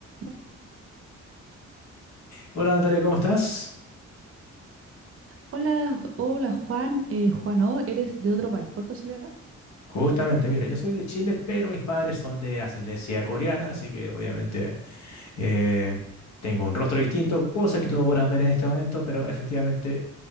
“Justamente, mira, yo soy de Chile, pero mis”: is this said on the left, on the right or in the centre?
Left